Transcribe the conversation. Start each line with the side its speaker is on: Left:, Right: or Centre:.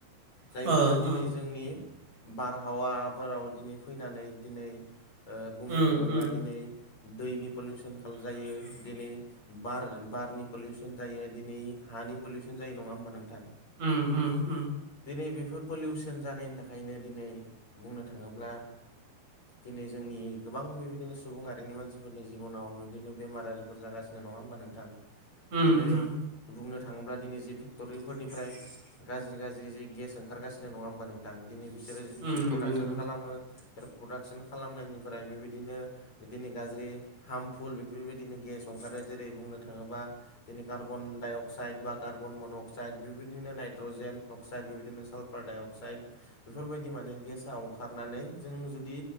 Left: जायफोरो
Right: अ
Left: दिनै
Right: अ
Left: जोंनि बारहावाफोराव दिनै फैनानै दिनै ओ बुंनो
Right: उम
Left: थाङोब्ला
Right: उम
Left: दिनै दैनि पलिउसन जायो दिनै बार बारनि पलिउसन जायो दिनै हानि पलिउसन जायो नङा होमबा नोंथां?
Right: उम उम उम
Left: दिनै बेफोर पलिउसन जानायनि थाखायनो दिनै बुंनो थाङोब्ला दिनै जोंनि गोबां बेबायदिनो सुबुंआारिनि मानसिफोरनि जिबनाव बिदिनो बेमारारिफोर जागासिनो नङा होमब नों
Right: उम
Left: दिनै
Right: उम
Left: बुंनो थाङोब्ला दिनै जि फेक्ट'रिफोरनिफ्राय गाज्रि गाज्रि जि गेस ओंखारगासिनो नङा होमबा नोंथां दिनै बिसोरो
Right: उम
Left: जि प्रडाक्सन
Right: नंगौ नंगौ
Left: खालामो रि प्रडाक्सन खालामनायनिफ्राय बेबायदिनो बिदिनो गाज्रि हार्मफुल बेफोरबायदिनो गेस ओंखारो जेरै बुंनो थाङोब्ला दिनै कार्बन डाइ अक्साइड बा कार्बन मन' अक्साइड बेबायदिनो नाइट्रजेन अक्साइड बेबायदिनो साल्फार डाइअक्साइड बेफोरबायदि माने गेस आ अंखारनानै जों जुदि